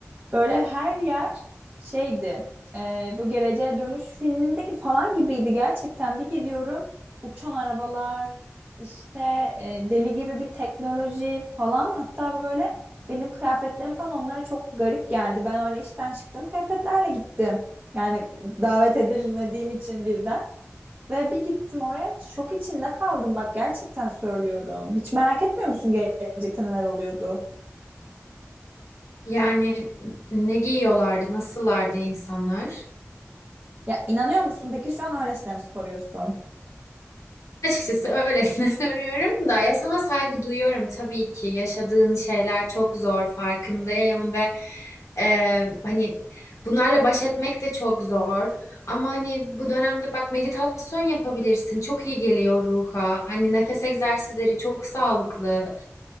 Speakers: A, on the right; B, on the left.
A: Böyle her yer şeydi. e, bu Geleceğe Dönüş filmindeki falan gibiydi gerçekten. Bir gidiyorum uçan arabalar, işte e, deli gibi bir teknoloji falan. Hatta böyle benim kıyafetlerim falan onlara çok garip geldi. Ben öyle işten çıktım kıyafetlerle gittim. Yani davet edilmediğim için birden. Ve bir gittim oraya şok içinde kaldım bak gerçekten söylüyorum. Hiç merak etmiyor musun gelecekte neler oluyordu?
B: Yani ne giyiyorlardı, nasıllardı insanlar?
A: Ya inanıyor musun? Peki şu an öylesine mi soruyorsun?
B: Açıkçası öylesine <laughs> soruyorum da ya sana saygı duyuyorum tabii ki. Yaşadığın şeyler çok zor farkındayım ve e, hani bunlarla baş etmek de çok zor. Ama hani bu dönemde bak meditasyon yapabilirsin. Çok iyi geliyor ruha. Hani nefes egzersizleri çok sağlıklı.